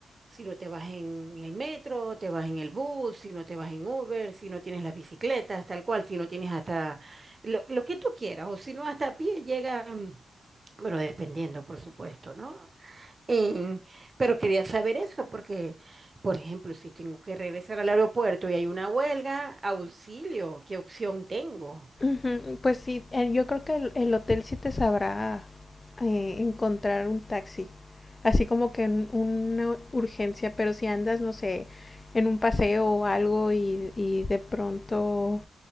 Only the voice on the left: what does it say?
Ujú, Pues sí, eh, yo creo que el, el hotel sí te sabrá eh, encontrar un taxi. así como que en una urgencia, pero si andas, no sé, en un paseo o algo y, y de pronto